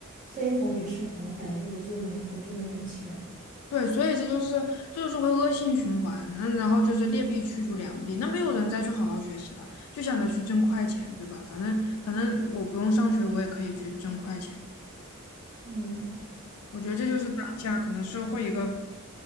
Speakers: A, on the right; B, on the left.
A: 黑红也是红，反正我就能我就能有钱。
B: 对，所以这就是这就是会恶性循环。嗯，然后就是劣币驱逐良币，那没有人再去好好学习了，就想着去挣快钱，对吧？反正反正我不用上学，我也可以去挣快钱。
A: 嗯，
B: 我觉得这就是当下可能社会一个